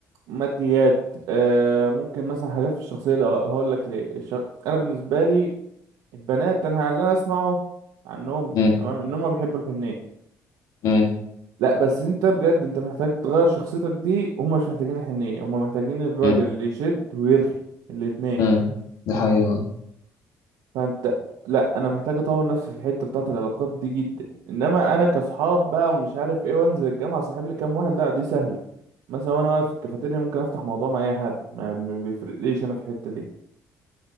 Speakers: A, on the right (about 85°); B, on the left (about 70°).
A: ماديات آه ممكن مثلا حاجات في الشخصيه لو هقول لك ليه الش... انا بالنسبه لي البنات انا اللي انا اسمعه عنهم
B: مم.
A: تمام ان هم بيحبوا الحنيه
B: مم.
A: لا بس انت بجد انت محتاج تغير شخصيتك دي هم مش محتاجين الحنيه هم محتاجين الراجل
B: مم.
A: اللي يشد ويرخي الاتنين
B: مم. دي حقيقة
A: فانت لا انا محتاج اطور نفسي في الحته بتاعه العلاقات دي جدا انما انا كصحاب بقى ومش عارف ايه وانزل الجامعه صاحب لي كام واحد لا دي سهله مثلا وانا واقف في الكافيتيريا ممكن افتح موضوع مع اي حد ما ما بيفرقليش انا في الحته دي